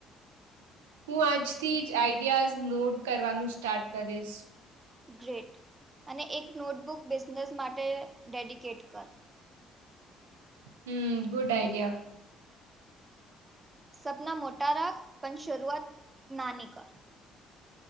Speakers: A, on the right; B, on the right.
A: હું આજથી જ આઈડિયાઝ નોટ કરવાનું સ્ટાર્ટ કરીશ.
B: ગ્રેટ અને એક નોટબુક બિઝનેસ માટે ડેડિકેટ કર
A: હમ્મ ગુડ આઈડિયા
B: સપના મોટા રાખ પણ શરૂઆત નાની કર